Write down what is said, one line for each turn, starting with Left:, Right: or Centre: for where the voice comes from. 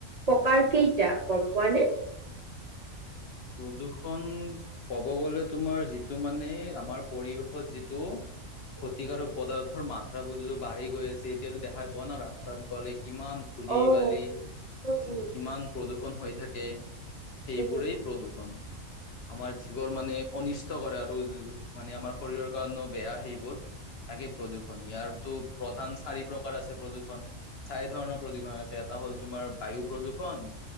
Right: ককাৰ কেইটা গম পোৱানে?
Left: প্ৰদূ্ষণ, কব গলে তোমাৰ যিটো মানে আমাৰ পৰিৱেশত যিটো ক্ষতিকাৰক পদাৰ্থৰ মাত্ৰা বোৰ বাঢ়ি গৈ আছে, এতিয়াতো দেখা পোৱা না ৰাস্তাত গ'লে। কিমান ধূলি
Right: অ
Left: বালি
Right: উম উম
Left: যি কিমান প্ৰদূষন হৈ থাকে। সেইবোৰেই
Right: উম
Left: প্ৰদূৰষণ আমাৰ জীৱৰ মানে অনিষ্ট কৰে আৰু মানে আমাৰ শৰীৰৰ কাৰণেও বেয়া সেইবোৰ। তাকেই প্ৰদূষণ ইয়াৰতো প্ৰধান চাৰি প্ৰকাৰ আছে প্ৰদূষণ চাৰি ধৰণৰ প্ৰদূষণ আছে ইয়াত। এটা হ'ল তোমাৰ বায়ু প্ৰদূষণ।